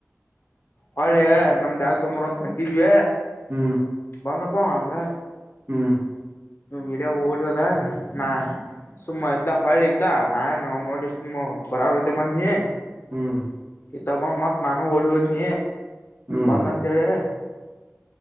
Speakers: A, on the left (about 45°); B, on the right (about 40°).
A: ಹೊಳೆ ನನ್ ಬ್ಯಾಗ್ ತೊಂಬರ್ ಅಂತ ಹೊಂಟಿದ್ವಿ
B: ಹ್ಮ್
A: ಬಂದಪ್ಪ ಅಂದ್ರ
B: ಹ್ಮ್
A: ಹ ಹಿರಿಯ ಓಡಿ ಹಿಡದಾ ನಾ ಸುಮ್ಮ ಇತ್ಲಾ ಹೊಳ್ಳಿ ಇತ್ಲಾ ನಾನ್ ನ ನೋಡಿ ಸುಮ್ಮ್ ಬರಾರಗತೆ ಬನ್ನಿ
B: ಹ್ಮ್
A: ಇ ತ ಬಂದ್ ಮತ್ ನಾನು ಓಡಿ ಹೋದ್ನಿ
B: ಹ್ಮ್
A: ಬಂದಂತೇಹೆಳೇ